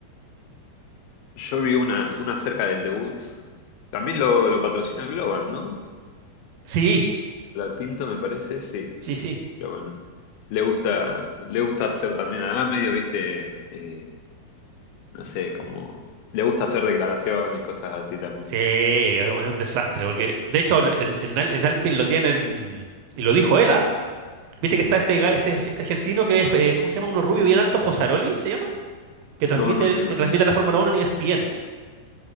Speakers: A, on the left; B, on the right.
A: Yo vi una, una cerca del debut. También lo, lo patrocina Globan, ¿no?
B: Sí,
A: Pinto me parece, sí,
B: sí, sí.
A: pero bueno. Le gusta, le gusta hacer también, además medio, viste, eh, no sé, como... Le gusta hacer declaraciones, cosas así también.
B: Sí, es un desastre, porque de hecho en, en, Al- en Alpine lo tienen, y lo dijo él, ¿ah? Viste que está este, ga- este, este argentino que es, eh, ¿cómo se llama? Uno rubio bien alto, Fosaroli se llama, que
A: No,
B: transmite,
A: no
B: el-
A: tengo
B: que
A: ni
B: transmite
A: idea
B: la Fórmula uno en ESPN.